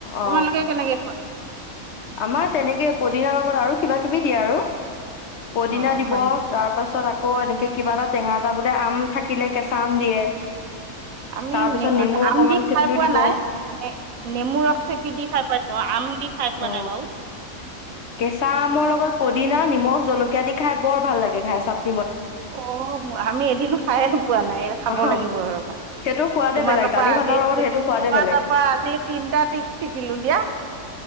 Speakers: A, on the left (about 65°); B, on the right (about 80°).
A: অ
B: তোমালোকে কেনেকে খোৱা?
A: আমাৰ তেনেকে পদিনাৰ লগত আৰু কিবা কিবি দিয়ে আৰু। পদিনা
B: অঁ
A: দিব
B: হয় নেকি
A: তাৰ পাছত আকৌ ক এনেকে কিবা এটা টেঙা এটা বোলে আম থাকিলে কেঁচা আম দিয়ে।
B: আমি
A: তাৰ পিছত নেমু
B: আম
A: অকমান
B: দি
A: চেপিও
B: খাই পোৱা
A: দিব
B: নাই
A: অ
B: নেমুৰ ৰস চেপি দি খাই পাইছো আম দি খাই কোৱা
A: অ
B: নাই বাও
A: কেঁচা আমৰ লগত পদিনা নিমখ জলকীয়া আদি খাই বৰ ভাল লাগে খাই চাতনি
B: অ আমি এদিনো খাই পোৱা নাই খাব
A: অ
B: লাগিব আৰু
A: সেইটো সোৱাদে
B: তোমাৰ
A: বেলেগ
B: তাৰ
A: দালি
B: পৰা
A: ভাতৰ
B: আজি
A: লগত সেইটো সোৱাদে
B: তোমাৰ
A: বেলেগ
B: তাপা আজি তিনটা টিপছ শিকিলো দিয়া,,